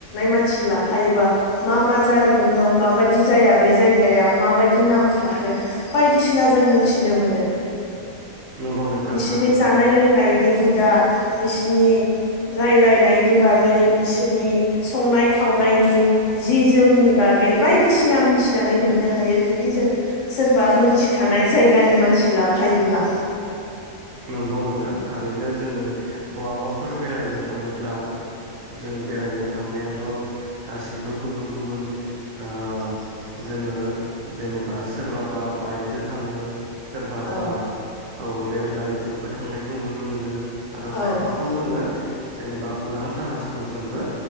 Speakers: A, on the left; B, on the right.
A: मानसि लाफायोबा मा मा जा जारिमिन दं माबायदि बे जायगाया माबायदि नाम थाखो बायदिसिना जों मिथिनो मोनो
B: नंगौ नोंथां
A: बिसोरनि
B: थारैनो
A: जानाय लोंनायनि हुदा बिसिनि रायलाय नायनि बागै बिसोरनि संनाय खावनायनि जि जोमनि बागै बायदिसि सिना मिथिनानै मोननो हायो जुदि जों सोर बा मोनथिखानाय जायगानि मानसि लाफायोब्ला।
B: नंगौ नोंथां थारैनो जोङो बहाबाफोर बेरायनो थाङोब्ला जों बेरायनो थांनायाथ' गाैसैबो गुबुन गुबुन ओ जोङो जेनेबा सोरबाबा बाइकदो थाङो। सोरबााबा
A: औ
B: औ रेलगारिजोंबो थांनायखौ नुनो मोनो। आरो
A: औ
B: खायफाखौ जोङो जेनेबा उरां जाहाजफोरजोंबो